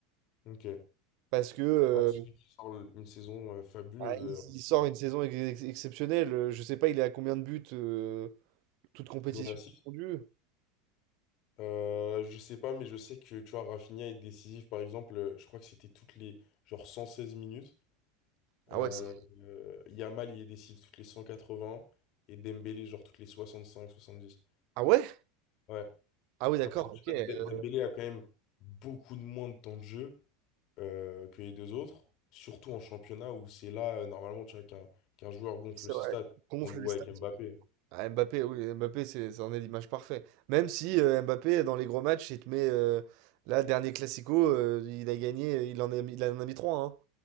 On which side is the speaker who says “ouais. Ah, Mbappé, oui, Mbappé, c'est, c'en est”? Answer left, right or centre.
Right